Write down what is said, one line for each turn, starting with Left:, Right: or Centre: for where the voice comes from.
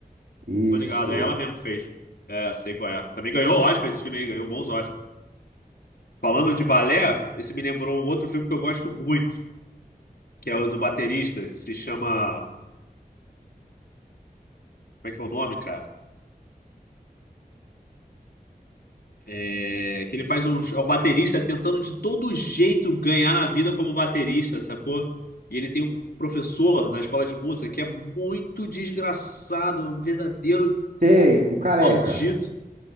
Right: Isso.
Left: Tô ligado, é ela mesmo que fez. É, sei qual é. Também ganhou Oscar esse filme aí, ganhou bons Oscar. Falando de balé, esse me lembrou um outro filme que eu gosto muito. que é o do baterista, que se chama. Como é que é o nome, cara? É, que ele faz um, é um baterista tentando de todo jeito ganhar na vida como baterista, sacou? E ele tem um professor na escola de música que é muito desgraçado, um verdadeiro
Right: Sei, o careca.
Left: maldito.